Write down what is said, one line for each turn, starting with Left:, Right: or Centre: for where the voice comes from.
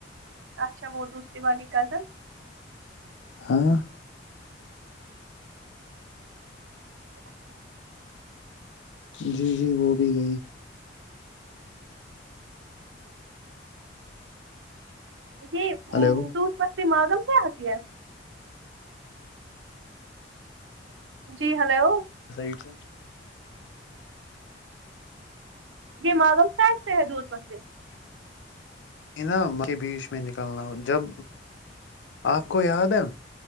Right: اچھا وہ دوسری والی کزن
Left: ہاں
Right: <inaudible>
Left: جی جی وہ بھی گئی
Right: یہ م،
Left: ہلو
Right: دودھ پتھری مآگم سے آتی ہے جی ہلو
Left: <unintelligible>
Right: یہ ماگم ساید سے ہے دودھ پتھری
Left: انام کے بیچ میں نکلنا ہو جب آپ کو یاد ہے